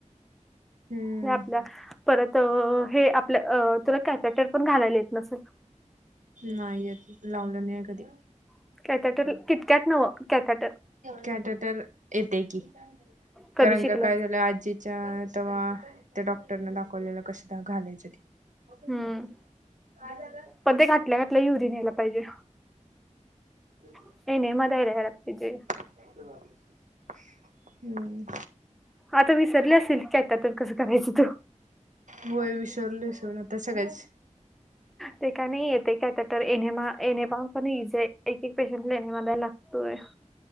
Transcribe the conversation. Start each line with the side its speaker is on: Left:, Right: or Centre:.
Right: हम्म
Centre: ल आपल्या परत हे आपल्या तुला कॅपॅटर पण घालायला येत नसेल.
Right: नाही येत लावलं नाही कधी.
Centre: <unintelligible> नवं कॅथॅटर
Right: कॅडेटर येत की
Centre: कधी
Right: करंंग
Centre: शिकलं
Right: काय झालं आजी तेव्हा त्या डॉक्टरन दाखवलेलं कसं घालायचं ते होतच
Centre: हम्म
Right: नाही काय झालं?
Centre: पण ते घातल्या घातल्या युरिन यायला पाहिजे
Right: <unintelligible>
Centre: <unintelligible>
Right: <unintelligible> हम्म
Centre: आता विसरले असेल की कसं करायचं तु
Right: होय विसरलं विसरून आता सगळेच
Centre: ते काय नाही येते काय तर एनेमा एनेमा पण इजी आहे एक एक पेशंटला एनेमा द्यायला लागतोय.